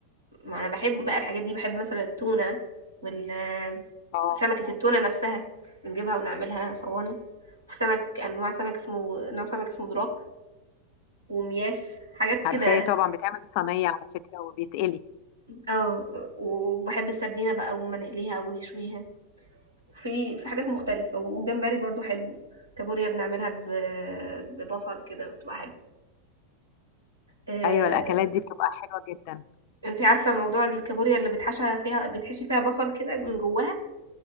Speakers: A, on the right (about 80°); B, on the left (about 45°).
A: ما انا بحب بقى الحاجات دي بحب مثلا التونه وال
B: اه
A: سمكه التونه نفسها بنجيبها ونعملها صواني وفي سمك انواع سمك اسمه نوع سمك اسمه دراك ومياس حاجات
B: عارفاه
A: كده
B: طبعا بتعمل الصينية على فكرة وبيتقلي
A: اه وبحب السردينه بقى وما نقليها ونشويها في في حاجات مختلفة والجمبري برضو حلو كابوريا بنعملها ب- ببصل كده وتبقى حلو آه،
B: أيوة الأكلات دي بتبقى حلوة جدا
A: انت عارفة موضوع الكابوريا اللي بيتحشى فيها بيتحشي فيها بصل كده من جواها